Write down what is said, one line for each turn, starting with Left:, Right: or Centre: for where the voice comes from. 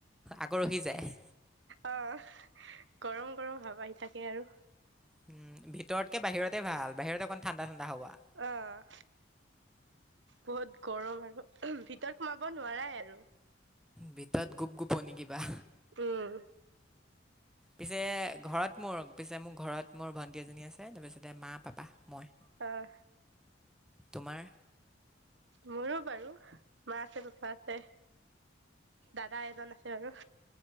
Centre: আকৌ ৰখি যায়।
Right: অ', গৰম, গৰম ভাব আহি থাকে আৰু।
Centre: উম, ভিতৰতকে বাহিৰতে ভাল বাহিৰত অকণ ঠাণ্ডা, ঠাণ্ডা হাৱা।
Right: অ'। বহুত গৰম আৰু ভিতৰত সোমাব নোৱাৰাই আৰু।
Centre: ভিতৰত গোপ গোপনি কিবা।
Right: উম।
Centre: পিছে ঘৰত মোৰ পিছে মোৰ ঘৰত মোৰ ভন্টি এজনী আছে তাৰ পিছতে মা, পাপা, মই।
Right: অ'।
Centre: তোমাৰ?
Right: মোৰো বাৰু মা আছে পাপা আছে। দাদা এজন আছে বাৰু।